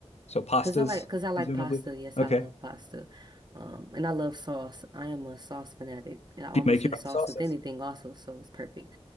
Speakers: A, on the left; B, on the right.
A: so pastas,
B: Cause I like, cause I like
A: presumably.
B: pasta. Yes,
A: Okay,
B: I love pasta. Um, and I love sauce. I am a sauce fanatic. and I almost
A: do you make your
B: eat sauce
A: own sauces?
B: with anything also, so it's perfect.